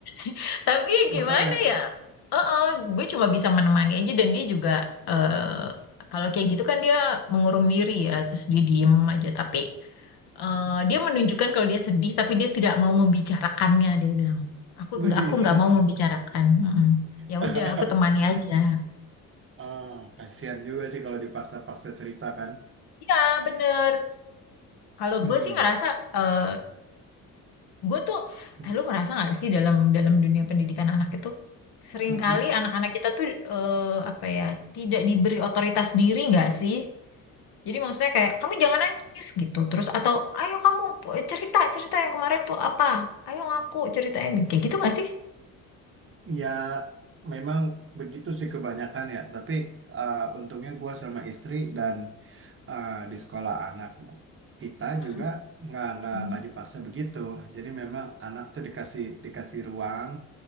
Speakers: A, on the left; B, on the right.
A: <laughs> Tapi ya
B: Makanya.
A: gimana ya? Heeh, gue cuma bisa menemani aja dan dia juga eh kalau kayak gitu kan dia mengurung diri ya, terus dia diem aja. Tapi eh,
B: Mm-mm.
A: dia menunjukkan kalau dia sedih, tapi dia tidak mau membicarakannya. Dia bilang, aku
B: Widih.
A: nggak aku nggak mau membicarakan. Mm-mm. Ya
B: <laughs>
A: udah, aku temani aja.
B: Ah, kasihan juga sih kalau dipaksa-paksa cerita kan.
A: Ya bener. Kalau
B: Hmm.
A: gue sih ngerasa eh, Gue tuh,
B: Hmm,
A: eh, lu ngerasa nggak sih dalam dalam dunia pendidikan anak itu seringkali
B: mm-mm.
A: anak-anak kita tuh eh, apa ya tidak diberi otoritas diri nggak sih? Jadi maksudnya kayak kamu jangan nangis gitu, terus atau ayo kamu eh, cerita cerita yang kemarin tuh apa? Ayo ngaku ceritain kayak gitu nggak sih?
B: Ya, memang begitu sih kebanyakan ya. Tapi ah, untungnya gue sama istri dan ah, di sekolah anak kita
A: Hmm,
B: juga nggak nggak
A: hmm,
B: nggak dipaksa begitu. Jadi memang anak tuh dikasih dikasih ruang